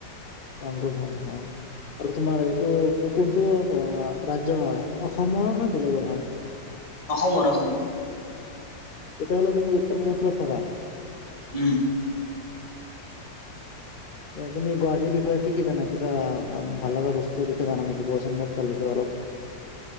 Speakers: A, on the left (about 45°); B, on the left (about 20°).
A: কামৰূপত হয় আৰু তোমাৰ এইটো কোনটো ৰাজ্যৰ হয় অসমৰ নে বেলেগৰ হয়
B: অসমৰ অসমৰ
A: তেতিয়া হলে তুমি উত্তৰ পূৰ্বাঞ্চলত থাকা
B: উম
A: <inaudible> এ তুমি গুৱাহাটীৰ বিষয়ে কি কি জানা কিবা ভাল লগা বস্তুৰ বিষয়ে জানা নেকি কোৱাচোন মোক তাৰ বিষয়ে অলপ